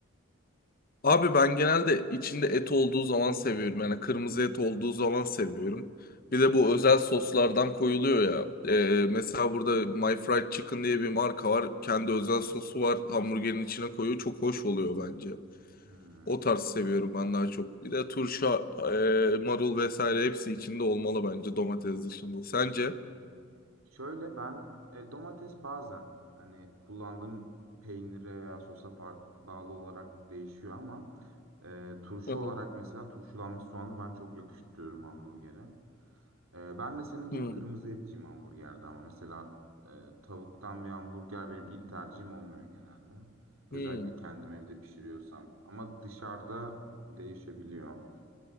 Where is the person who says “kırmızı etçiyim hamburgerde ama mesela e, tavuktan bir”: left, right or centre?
Right